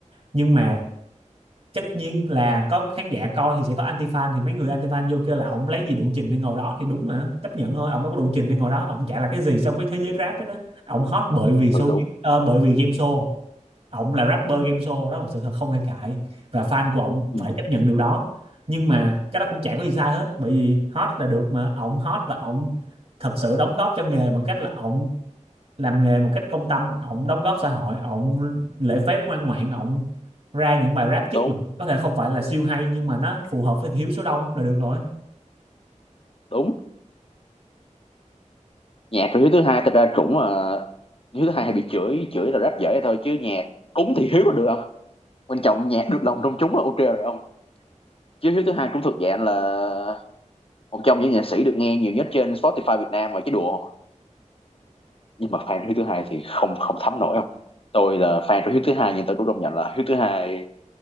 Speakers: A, on the right (about 50°); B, on the left (about 45°).
A: nhưng mà tất nhiên là có khán giả coi thì sẽ có anti fan thì mấy người anti fan vô kêu là ông lấy gì đủ trình để ngồi đó thì đúng mà chấp nhận thôi ông đâu có đủ trình để ngồi đó ông chả là cái gì so với thế giới rap đó, đó. ông hot bởi vì show
B: ừ đúng
A: ờ, bởi vì game show ông là rapper game show đó là một sự thật không thể cãi và fan của ông
B: ừ,
A: phải chấp nhận điều đó nhưng mà cái đó cũng chả có gì sai hết bởi vì hot là được mà ông hot và ông thật sự đóng góp cho nghề bằng cách là ông làm nghề một cách công tâm ổng đóng góp xã hội ổng lễ phép ngoan ngoãn ổng ra những bài rap chất
B: tốn
A: lượng có thể không phải là siêu hay nhưng mà nó phù hợp với thiếu số đông là được rồi
B: đúng nhạc của Hiếu thứ hai thật ra cũng uh, Hiếu thứ hai hay bị chửi chửi là rất dễ thôi chứ nhạc cúng thì Hiếu là được không quan trọng nhạc được lòng công chúng là ok rồi ông chứ thứ thứ hai cũng thuộc dạng là một trong những nhạc sĩ được nghe nhiều nhất trên Spotify Việt Nam mà chứ đùa nhưng mà fan thứ thứ hai thì không không thấm nổi không tôi là fan của thứ thứ hai nhưng tôi cũng công nhận là thứ thứ hai